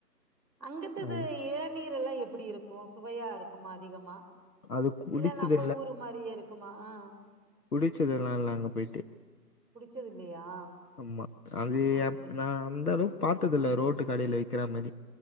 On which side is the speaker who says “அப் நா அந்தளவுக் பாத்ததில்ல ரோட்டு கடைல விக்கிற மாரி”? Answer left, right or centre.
Left